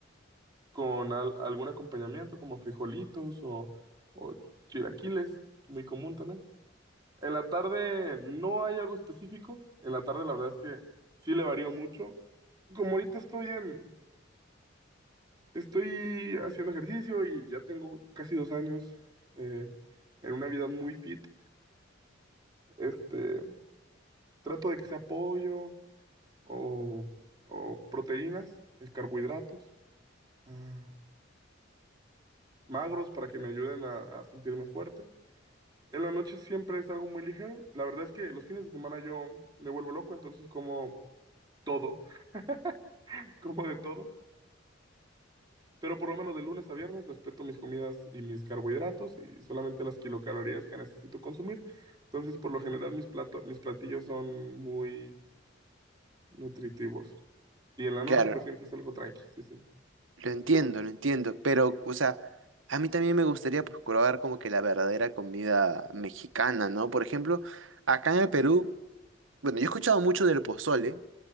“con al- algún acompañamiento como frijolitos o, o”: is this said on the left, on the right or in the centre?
Right